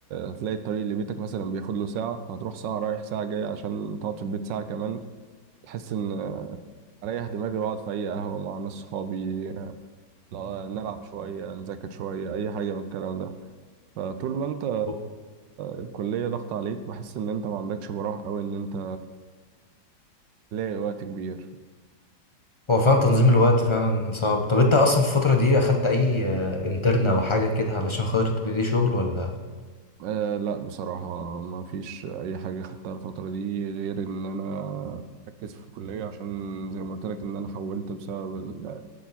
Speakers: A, on the right; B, on the left.
A: هتلاقي الطريق اللي بيتك مثلا بياخد له ساعة فهتروح ساعة رايح ساعة جاي عشان تقعد في البيت ساعة كمان تحس إن أريح دماغي وأقعد في أي قهوة مع ناس صحابي لا- نلعب شوية نذاكر شوية أي حاجة من الكلام ده فطول ما أنت
B: <laughs>
A: الكلية ضغط عليك بحس إن أنت ما عندكش براح أو إن أنت لاقي وقت كبير
B: هو فعلا تنظيم الوقت فعلا صعب طب انت اصلا في الفترة دي اخدت اي انترن او حاجة كده علشان خاطر تبتدي شغل ولا
A: أه لا بصراحة ما فيش أي حاجة خدتها الفترة دي غير إن أنا مركز في الكلية عشان زي ما قلت لك إن أنا حولت بسبب